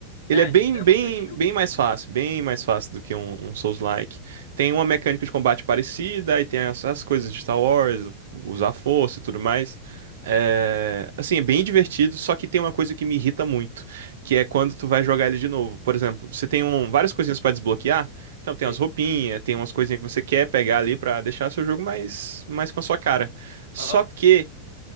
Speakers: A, on the right; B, on the left.
A: Ele
B: É,
A: é
B: anti-
A: bem,
B: é
A: bem,
B: muito antigo?
A: bem mais fácil, bem mais fácil do que um, um Souls-like. Tem uma mecânica de combate parecida, aí tem as, as coisas de Star Wars, usar força e tudo mais. É, assim, é bem divertido, só que tem uma coisa que me irrita muito, que é quando tu vai jogar ele de novo. Por exemplo, você tem um-
B: Hum,
A: várias coisinhas pra desbloquear, então tem
B: Sim.
A: as roupinhas, tem umas coisinhas que você quer pegar ali pra deixar seu jogo mais, mais com a sua cara. Só
B: Aham.
A: que